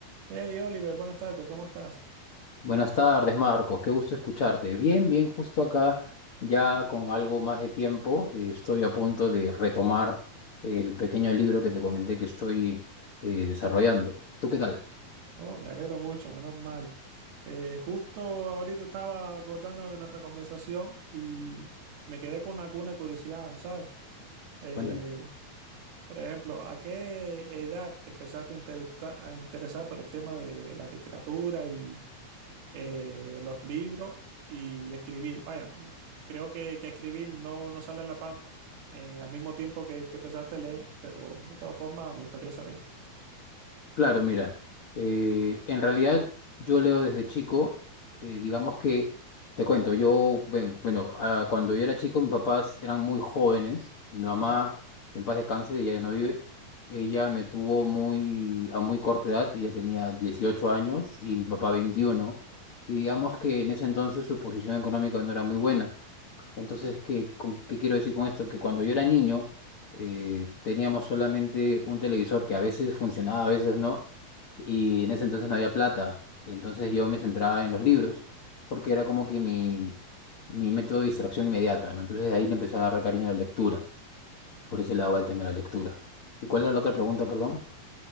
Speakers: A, on the right; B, on the left.
A: Hey Oliver, buenas tardes, ¿cómo estás?
B: Buenas tardes, Marcos. Qué gusto escucharte. Bien, bien, justo acá, ya con algo más de tiempo, eh, estoy a punto de retomar el pequeño libro que te comenté que estoy eh, desarrollando. ¿Tú qué tal?
A: Oh, me alegro mucho, menos mal. Eh, justo ahorita estaba acordando de nuestra conversación y me quedé con alguna curiosidad, ¿sabes? Eh,
B: Cuéntame.
A: por ejemplo, ¿a qué edad te empezaste a, intereta- a interesar por el tema de la literatura y eh, los libros y escribir? Vaya, creo que, que escribir no, no sale a la par eh, al mismo tiempo que, que empezaste a leer, pero de todas formas me gustaría saber.
B: Claro, mira, eh, en realidad yo leo desde chico, eh, digamos que, te cuento, yo, ven- bueno, ah, cuando yo era chico mis papás eran muy jóvenes, mi mamá,
A: Ujú.
B: en paz descanse, ella ya no vive, ella me tuvo muy, a muy corta edad, ella tenía 18 años y mi papá 21, y digamos que en ese entonces su posición económica no era muy buena. Entonces,
A: Ah,
B: ¿qué, con- qué quiero decir con esto? Que cuando yo era niño, eh, teníamos solamente un televisor que a veces funcionaba, a veces no, y en ese entonces no había plata. Entonces yo me centraba en los libros, porque era como que mi, mi método de distracción inmediata, ¿no? Entonces de ahí le empecé a agarrar cariño a la lectura, por ese lado al tema de la lectura. ¿Y
A: vale.
B: cuál era la otra pregunta, perdón?